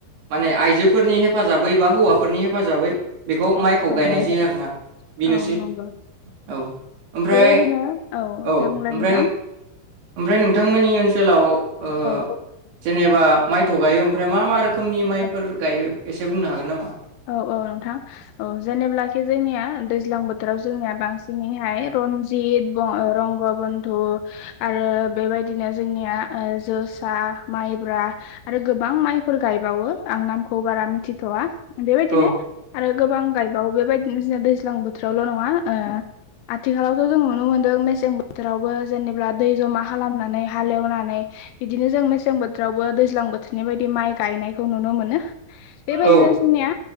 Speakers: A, on the right; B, on the left.
A: माने आइजोफोरनि हेफाजाबै एबा हौवा फोरनि हेफाजाबै बेखौ माइखौ
B: औ
A: गायनाय जायो आरो ना बेनोसै।
B: औ नंगौ
A: औ ओमफ्राय
B: बेबायदिनो
A: औ
B: दे बुंलाय
A: ओमफ्राय
B: नोंथां
A: नों ओमफ्राय नोंथांमोननि ओनसोलाव ओ
B: औ <unintelligible>
A: जेनेबा माइथ' गायो ओमफ्राय मा मा रोखोमनि
B: औ
A: माइफोर गायो एसे बुंनो हागोन नामा?
B: औ औ नोंथां औ जेनेबब्लाखि जोंनिया दै ज्लां बोथोराव जोंनिया बांसिनैहाय रनजित रंग <unintelligible> थ' आरो बेबायदिनो जोंनिया जोसा माइब्रा आरो गोबां माइफोर गायबावो आं नामखौ बारा मिथिथ'वा बेबायदिनो
A: औ
B: आरो गोबां गायबावो बेबायदिनो जोंना दैज्लां बोथोरावल' नङा ओ आथिखालावथ' जों नुनो मोन्दों मेसें बोथोरावबो जेनेब्ला दै जमा खालामनानै हालेवनानै बिदिनो जों मेसें बोथोरावबो दैज्लां बोथोरनि बायदि माइ गायनायखौ नुनो मोनो बेबायदिनो
A: औ
B: जोंनिया